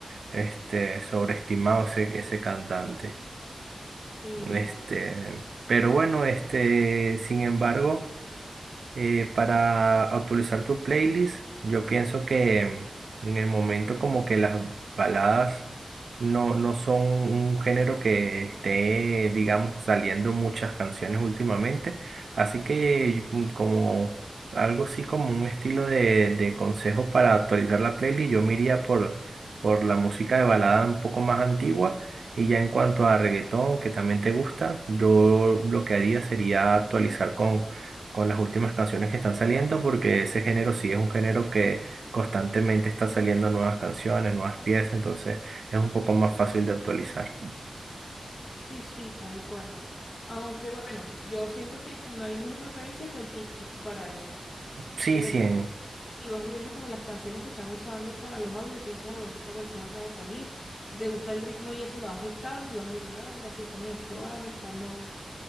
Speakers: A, on the right; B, on the left.
A: este, sobreestimado ese, ese cantante.
B: Sí, la
A: Este,
B: verdad.
A: pero bueno, este, sin embargo. Eh, para actualizar tu playlist, yo pienso que em, en el momento como que las baladas no, no son un género que esté, digamos, saliendo muchas canciones últimamente. Así que mm, como algo así como un estilo de, de consejo para actualizar la playlist, yo me iría por, por la música de balada un poco más antigua. Y ya en cuanto a reggaetón, que también te gusta, yo lo que haría sería actualizar con las últimas canciones que están saliendo, porque ese género sí es un género que constantemente está saliendo nuevas canciones, nuevas piezas, entonces es un poco más fácil de actualizar.
B: Sí, sí, tal cual. Aunque bueno, yo siento que no hay mejor referencia que el TikTok para eso.
A: Sí,
B: Te metes
A: sí, en-
B: y vas viendo como las canciones que están usando para los audios y tú dices, ah, bueno, esta canción acaba de salir. Si te gusta el ritmo y eso, lo vas buscando y vas viendo, ah, mira, sí, esta me gustó, ah, no, esta no.